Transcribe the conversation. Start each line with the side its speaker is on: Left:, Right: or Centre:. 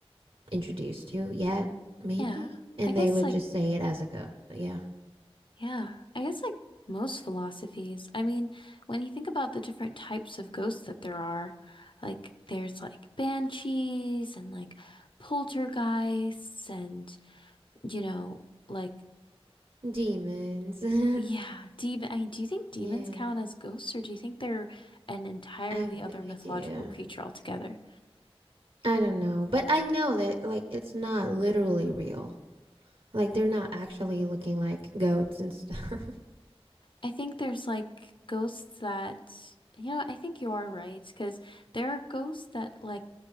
Right: introduced to yet, maybe,
Left: Yeah,
Right: and
Left: I guess
Right: they would
Left: like
Right: just say it as a go. Yeah,
Left: Yeah, I guess like most philosophies. I mean, when you think about the different types of ghosts that there are, like there's like banshees and like poltergeists and you know, like
Right: demons.
Left: yeah,
Right: <laughs>
Left: demon. I mean, do you think demons
Right: yeah,
Left: count as ghosts or do you think they're an entirely
Right: I have
Left: other
Right: no
Left: mythological
Right: idea.
Left: creature altogether?
Right: I don't know, but I know that like it's not literally real. Like they're not actually looking like goats and stuff.
Left: I think there's like ghosts that, you know, I think you are right because there are ghosts that like